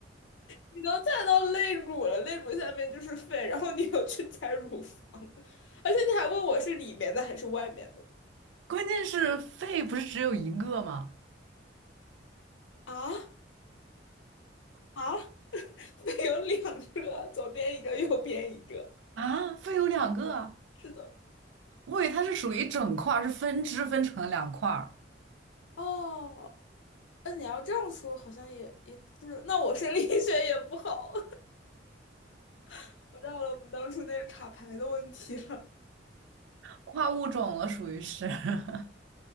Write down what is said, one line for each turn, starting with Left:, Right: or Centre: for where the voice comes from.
Left: 你都猜到肋骨了，肋骨下面就是肺，然后你又去猜乳房，<laughs> 而且你还问我是里面的还是外面的
Right: 关键是肺不是只有一个吗？
Left: 啊啊？<laughs> 有两个，左边一个，右边一个。
Right: 啊，肺有两个啊，
Left: 是的。
Right: 我以为它是属于一整块儿，是分支分成了两块儿，
Left: 哦，那你要这样说，好像也也是。那我生理 <laughs> 学也不好，<laughs> 回到了我们当初那个卡牌的问题了。
Right: 跨物种了，属于是。<laughs>